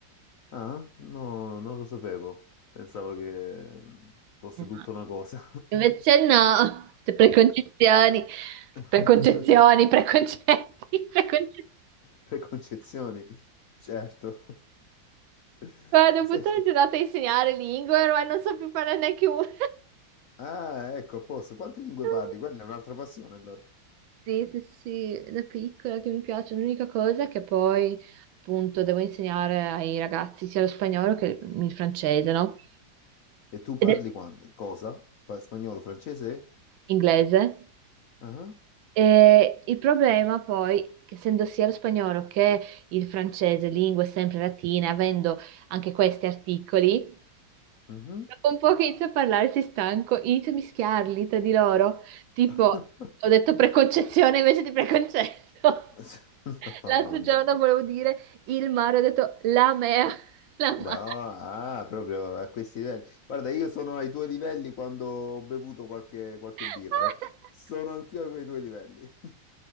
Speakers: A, on the left; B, on the right.
A: Ah, no, non lo sapevo. Pensavo che mm, fosse
B: Eh.
A: tutta una cosa.
B: Invece no, queste preconcezioni,
A: <laughs>
B: preconcezioni, preconcetti, <laughs> preconcezioni.
A: Preconcezioni, certo. <laughs>
B: Guarda, ho
A: Senti,
B: buttato la giornata a insegnare lingue, ormai non so più parlare neanche una.
A: ah, ecco, a posto. Quante lingue
B: <laughs>
A: parli? Quella è un'altra passione, allora.
B: Sì, sì, sì, da piccola che mi piace. L'unica cosa è che poi, appunto, devo insegnare ai ragazzi sia lo spagnolo che il francese, no?
A: E tu
B: Ed
A: parli
B: è
A: quan- cosa? Pa- spagnolo, francese?
B: inglese.
A: Ah,
B: E il problema poi, che essendo sia lo spagnolo che il francese, lingue sempre latine, avendo anche questi articoli,
A: mhm.
B: dopo un po' che inizio a parlare, si stanco, inizio a mischiarli tra di loro. Tipo,
A: <laughs>
B: ho detto preconcezione invece di preconcetto. <laughs>
A: No,
B: L'altro
A: vabbè.
B: giorno volevo dire il mare, ho detto la mea, <laughs> la
A: No,
B: mare.
A: ah, proprio a questi livelli. Guarda, io sono ai tuoi livelli quando ho bevuto qualche, qualche
B: <laughs>
A: birra. eh. Sono anch'io a quei tuoi livelli. <laughs>